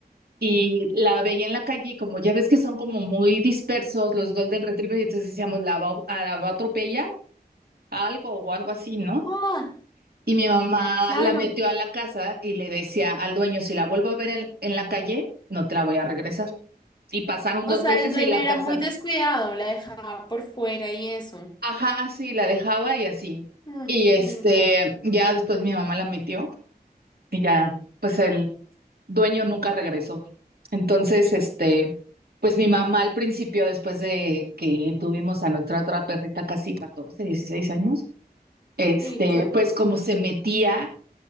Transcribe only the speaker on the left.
Ah,
claro.
O
sea,
el dueño
era
muy descuidado, la dejaba por fuera y eso.
Mm,
mm,
Sí, cla-